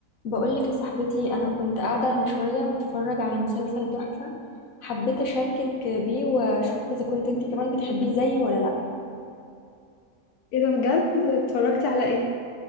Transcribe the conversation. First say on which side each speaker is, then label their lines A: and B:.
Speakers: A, on the left (about 65°); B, on the left (about 85°).
A: بقولك يا صاحبتي أنا كنت قاعدة من شوية بتفرج على مسلسل تحفة حبيت أشاركك بيه وأشوف إذا كنت أنت كمان بتحبيه زيي ولا لأ
B: ايه ده بجد اتفرجتي على ايه